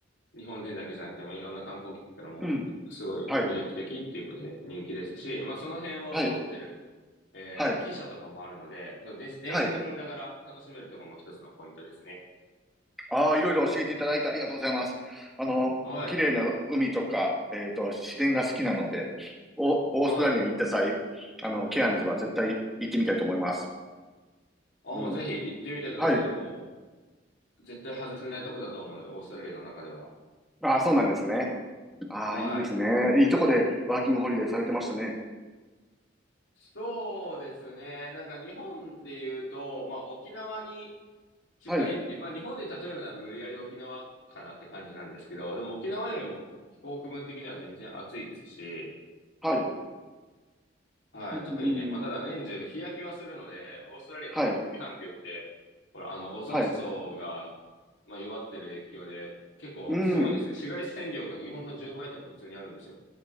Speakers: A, on the left; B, in the centre.
A: 日本人だけじゃなくて、まあ、いろんな観光客からもすごい魅力的っていうことで人気ですし、
B: うん、はい、
A: まあ、その辺を通ってる、
B: はい、
A: えー、
B: はい、
A: 汽車とかもあるので、そうで、電車に乗りながら楽しめるとこも一つのポイントですね。
B: はい。ああ、いろいろ教えていただいてありがとうございます。あの、
A: はい。
B: 綺麗な海とか、えっと、自然が好きなので、お、オーストラリアに行った際、
A: はい。
B: あの、ケアンズは絶対行ってみたいと思います。
A: あ、
B: うん。
A: もうぜひ行ってみてください。
B: はい。
A: もう絶対外せないとこだと思うので、オーストラリアの中では。
B: ああ、そうなんですね。ああ、
A: はい。
B: いいですね。いいとこでワーキングホリデーされてましたね。
A: そうですね。なんか日本で言うと、まあ沖縄に近いっていう、
B: はい、
A: まあ日本で例えるなら無理やり沖縄かなって感じなんですけど、でも沖縄よりも気候区分的には全然暑いですし、
B: はい。
A: はい、
B: うん、
A: 特にね、
B: うんうん
A: まあただ年中日焼けはするので、オーストラリアとか南半球って、
B: はい、
A: ほら、あの、オゾン層が、
B: はい。
A: まあ、弱ってる影響で、結構すごいんですね。
B: うん。
A: 紫外線量が日本の10倍とか普通にあるんですよ。